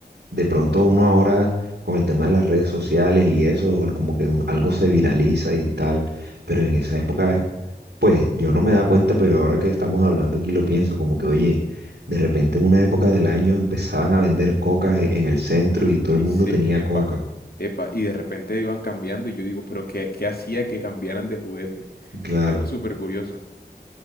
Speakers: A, on the right; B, on the left.
A: De pronto uno ahora con el tema de las redes sociales y eso, bueno, como que un- algo se viraliza y tal, pero en esa época, pues yo no me da cuenta, pero ahora que estamos hablando aquí lo pienso, como que oye, de repente en una época del año empezaban a vender cocas e- en el centro y todo
B: Y
A: el mundo
B: se,
A: tenía
B: epa,
A: coca.
B: epa, y de repente iban cambiando y yo digo, pero ¿qué, qué hacía que cambiaran de juguete?
A: Claro.
B: Es algo súper curioso.